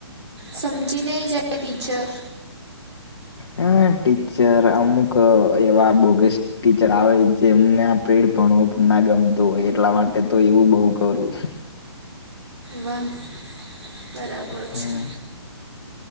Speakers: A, on the right; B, on the left.
A: સમજી નહી જાય ટીચર.
B: હા ટીચર અમુક એવા બોગસ. ટીચર આવે જેમના પ્રેડ ભણવુ ના ગમતો હોય એટલા માટે તો એવું બઉ કરું.
A: વાહ, બરાબર
B: હમ
A: છે.